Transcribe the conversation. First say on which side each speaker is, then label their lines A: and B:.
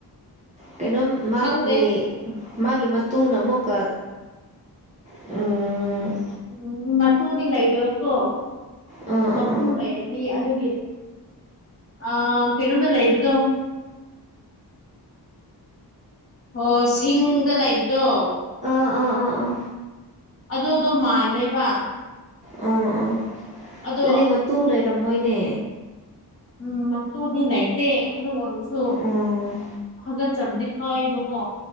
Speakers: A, on the right; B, on the left.
A: ꯀꯩꯅꯣꯝ ꯃꯥꯒꯤ
B: ꯈꯪꯗꯦ
A: ꯃꯥꯒꯤ ꯃꯇꯨꯅ ꯑꯃꯨꯛꯀ ꯎꯝ
B: ꯎ ꯃꯗꯤ ꯀꯩꯗꯦꯕ ꯀꯣ
A: ꯑꯥ
B: ꯃꯄꯨ
A: ꯑꯥ
B: ꯂꯩꯔꯅꯤ ꯑꯗꯨꯒꯤ ꯑ ꯀꯩꯅꯣꯃ ꯂꯩꯕꯗꯣ ꯑꯣ ꯁꯤꯡꯗ ꯂꯩꯕꯗꯣ
A: ꯑꯥ ꯑꯥ ꯑꯥ ꯑꯥ ꯑꯥ
B: ꯑꯗꯨꯗꯣ ꯃꯃꯦꯕ
A: ꯑꯥ ꯑꯥ
B: ꯑꯗꯣ
A: ꯑꯗꯨꯗꯤ ꯃꯇꯨ ꯂꯩꯔꯝꯃꯣꯏꯅꯦ
B: ꯎꯝ ꯃꯇꯨꯗꯤ ꯂꯩꯇꯦ ꯑꯗꯨ ꯑꯣꯏꯔꯁꯨ
A: ꯑꯣ
B: ꯍꯥꯥꯒꯠꯆꯕꯗꯤ ꯐꯥꯎꯋꯦꯕꯀꯣ